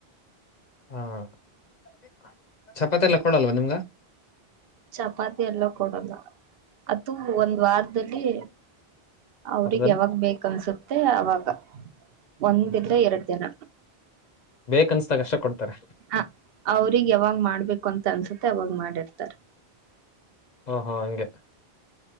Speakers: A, on the left; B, on the right.
A: ಹಾ <unintelligible> ಚಪಾತಿ ಎಲ್ಲ ಕೊಡಲ್ವ ನಿಮ್ಗ
B: ಚಪಾತಿ ಎಲ್ಲ ಕೊಡಲ್ಲ ಅದು ಒಂದ್ ವಾರದಲ್ಲಿ ಅವ್ರಿಗ್
A: ಅರ್ಧದಲ್ಲಿ
B: ಯಾವಾಗ ಬೇಕ ಅನ್ಸುತ್ತೆ ಅವಾಗ ಒಂದ್ ಇಲ್ಲಾ ಎರಡು ದಿನ
A: ಬೇಕ್ ಅನ್ಸದಾಗ ಅಷ್ಟೆ ಕೊಡ್ತಾರೆ.
B: ಹ ಅವ್ರಿಗೆ ಯಾವಾಗ್ ಮಾಡ್ಬೇಕು ಅಂತ ಅನ್ಸುತ್ತೆ ಅವಾಗ್ ಮಾಡಿಡ್ತಾರೆ.
A: ಓ ಹೋ ಹಂಗೆ.